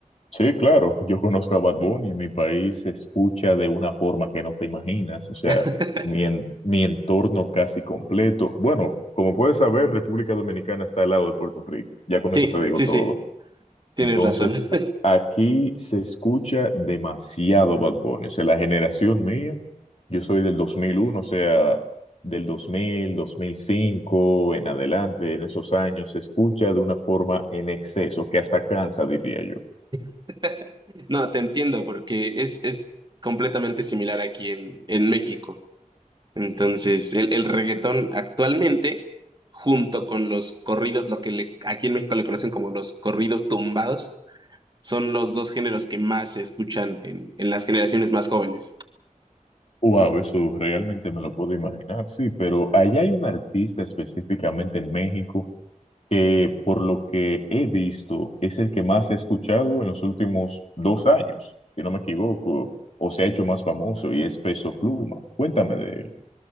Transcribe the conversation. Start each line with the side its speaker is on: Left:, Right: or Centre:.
Left: Sí, claro, yo conozco a Bad Bunny, en mi país se escucha de una forma que no te imaginas, o sea,
Right: <laughs>
Left: mi, en- mi entorno casi completo. Bueno, como puedes saber, República Dominicana está al lado de Puerto Rico, ya con
Right: Sí,
Left: eso te digo
Right: sí,
Left: todo.
Right: sí, tienes
Left: Entonces,
Right: razón.
Left: aquí se escucha demasiado Bad Bunny, o sea, la generación mía, yo soy del 2001. o sea, del dos dos mil dos mil cinco en adelante, en esos años, se escucha de una forma en exceso, que hasta cansa, diría yo.
Right: <laughs> No, te entiendo porque es, es completamente similar aquí en, en México. Entonces, el, el reggaetón actualmente, junto con los corridos, lo que le- aquí en México le conocen como los corridos tumbados, son los dos géneros que más se escuchan en, en las generaciones más jóvenes.
Left: Wow, eso realmente me lo puedo imaginar, sí, pero allá hay un artista específicamente en México que por lo que he visto es el que más he escuchado en los últimos dos años, si no me equivoco, o se ha hecho más famoso y es Peso Pluma. Cuéntame de él.